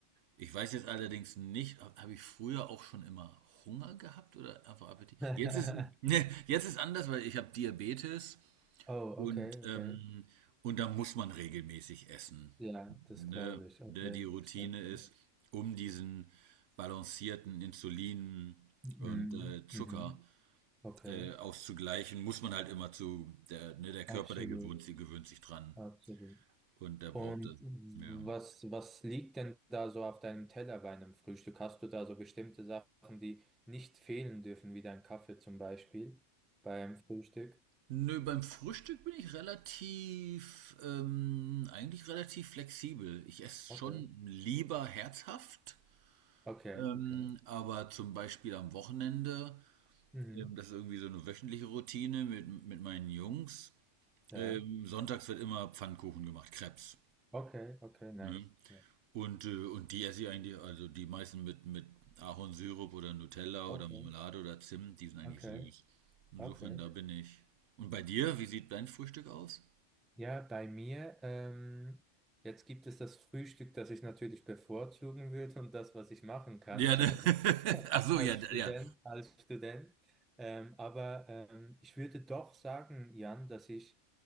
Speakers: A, on the right (about 75°); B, in the centre.
A: ich weiß jetzt allerdings nicht, habe hab hab ich früher auch schon immer Hunger gehabt oder einfach Appetit?
B: <laughs>
A: Jetzt ist, <laughs> ne, jetzt ist anders, weil ich habe Diabetes.
B: Oh,
A: Und,
B: okay,
A: ähm,
B: okay.
A: und da muss man regelmäßig essen.
B: Ja, das
A: Ne?
B: glaube ich. Okay,
A: Ne, Die Routine
B: verstanden.
A: ist, um diesen balancierten Insulin
B: Mhm.
A: und äh, Zucker
B: Mhm. Okay,
A: äh, auszugleichen, muss man halt immer zu, der, ne, der Körper,
B: absolut,
A: der gewöhnt, sie gewöhnt sich dran.
B: absolut.
A: Und der braucht
B: Und
A: das. Ja.
B: was, was liegt denn da so auf deinem Teller bei einem Frühstück? Hast du da so bestimmte Sachen, die nicht fehlen dürfen, wie dein Kaffee zum Beispiel beim Frühstück?
A: Nö, beim Frühstück bin ich relativ, ähm, eigentlich relativ flexibel. Ich esse
B: Okay,
A: schon lieber herzhaft,
B: okay,
A: ähm,
B: okay.
A: aber zum Beispiel am Wochenende
B: Mhm.
A: Ähm, Das ist irgendwie so eine wöchentliche Routine mit, mit meinen Jungs.
B: Ja,
A: Ähm, sonntags wird immer Pfannkuchen gemacht, Crepes.
B: okay, okay, nice.
A: Ne?
B: Ja.
A: Und, äh, und die esse ich eigentlich, also die meisten mit, mit Ahornsirup oder Nutella
B: Okay,
A: oder Marmelade oder Zimt, die sind eigentlich
B: okay,
A: süß. Insofern,
B: okay.
A: da bin ich. Und bei dir, wie sieht dein Frühstück aus?
B: Ja, bei mir, ähm, jetzt gibt es das Frühstück, das ich natürlich bevorzugen würde und das, was ich machen kann.
A: Ja, ne?
B: <laughs>
A: <laughs> Ach so,
B: als
A: ja,
B: Student,
A: ja.
B: als Student. Ähm, aber ähm, ich würde doch sagen, Jan, dass ich